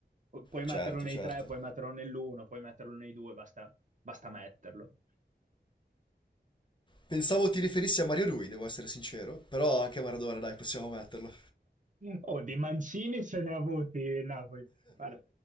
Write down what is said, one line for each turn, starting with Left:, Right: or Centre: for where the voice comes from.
Right: Pu- Puoi metterlo
Left: Certo,
Right: nei
Left: certo.
Right: tre, puoi metterlo nell'uno, puoi metterlo nei due, basta, basta metterlo.
Left: Pensavo ti riferissi a Mario Rui, devo essere sincero, però anche Maradona, dai, possiamo metterlo.
Right: Oh, di Mancini se ne ha avuti il Napoli. Guarda,